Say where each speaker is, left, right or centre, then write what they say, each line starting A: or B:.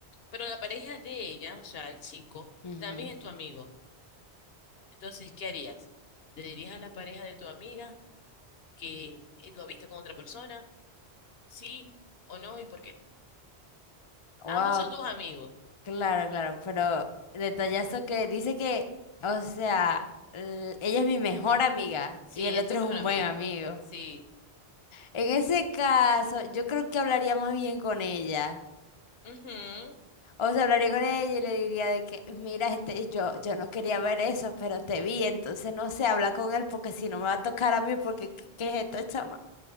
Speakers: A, on the left; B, on the left.
A: pero la pareja de ella, o sea, el chico,
B: Ujú.
A: también es tu amigo. Entonces, ¿qué harías? ¿Te dirías a la pareja de tu amiga que eh, lo viste con otra persona? ¿Sí o no? ¿Y por qué?
B: Wow,
A: Ambos son tus amigos.
B: claro, claro. Pero detallazo que dice que, o sea, l- ella es mi mejor amiga
A: Sí,
B: y el
A: es
B: otro
A: tu mejor
B: es un
A: amiga.
B: buen amigo.
A: Sí.
B: En ese caso, yo creo que hablaría más bien con ella.
A: Ujú.
B: O sea, hablaría con ella y le diría de que, mira, este, yo, yo no quería ver eso, pero te vi, entonces no sé, habla con él porque si no me va a tocar a mí, porque ¿qué, qué es esto, chama?